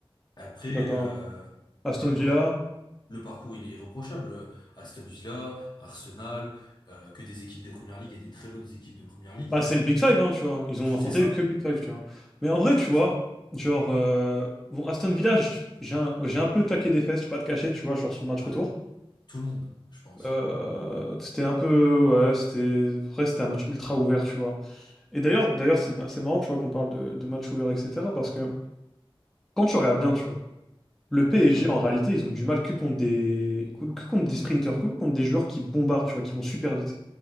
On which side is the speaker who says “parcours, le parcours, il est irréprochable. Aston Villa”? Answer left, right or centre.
Left